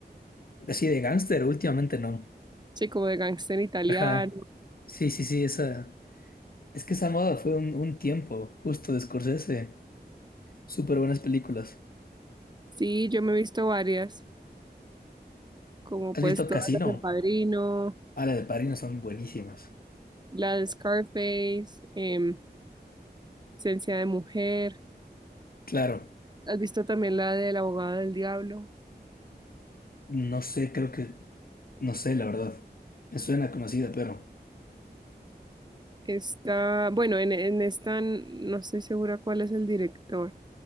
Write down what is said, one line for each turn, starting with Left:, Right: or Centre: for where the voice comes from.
Left: Así de gángster, últimamente no.
Right: Sí, como de gángster italiano.
Left: Ajá. Sí, sí, sí, esa. Es que esa moda fue un, un tiempo justo de Scorsese. Súper buenas películas.
Right: Sí, yo me he visto varias, como
Left: ¿Has
Right: pues
Left: visto
Right: todas
Left: Casino?
Right: las del Padrino,
Left: Ah, las de Padrino son buenísimas.
Right: la de Scarface, em, Esencia de Mujer.
Left: Claro,
Right: ¿Has visto también la del abogado del diablo?
Left: no sé, creo que, no sé, la verdad. Me suena conocida, pero,
Right: Está, bueno, en, en esta n- no estoy segura cuál es el director,